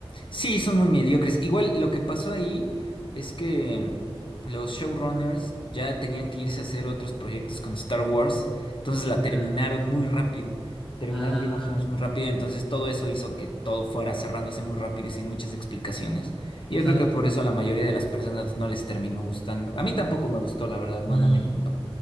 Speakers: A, on the left; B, in the centre.
A: sí, son muy mediocres. Igual lo que pasó ahí es que mm, los showrunners ya tenían que irse a hacer otros proyectos con Star Wars, entonces la
B: nada.
A: terminaron muy rápido. Terminaron
B: Ah,
A: Game of Thrones muy rápido, entonces todo eso hizo que todo fuera cerrándose muy rápido y sin muchas explicaciones. Y
B: exacto.
A: yo creo que por eso a la mayoría de las personas no les terminó gustando. A mí tampoco me gustó, la verdad, no,
B: Mm.
A: no me encantó.